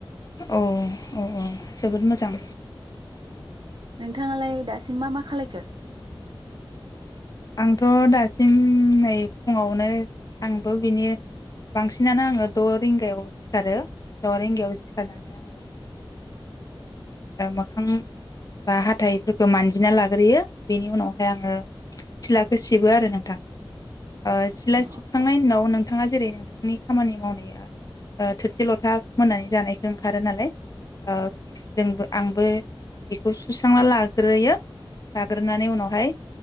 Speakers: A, on the left; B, on the right.
A: औ औ औ जोबोद मोजां।
B: नोंथाङालाय दासिम मा मा खालायखो?
A: आंथ' दासिम नै फुङावनो आंथ' बिनि बांसिनानो आङो द' रिंगायाव सिखारो द' रिंगायाव सिखारनानै आङो मोखां बा हाथाइफोरखौ मानजिना लाग्रोयो बेनि उनावहाय आङो सिथ्लाखौ सिबो आरो नोंथां। ओ सिला
B: औ
A: सिबखांनायनि उनाव नों नोंथाङा जेरै नोंथांनि खामानि मावनाया ओ थोरसि लथा मोनानि जानायखौ ओंखारो नालाय ओ जोंबो आंबो बेखौ सुस्रांना लाग्रोयो लाग्रोनानै उनावहाय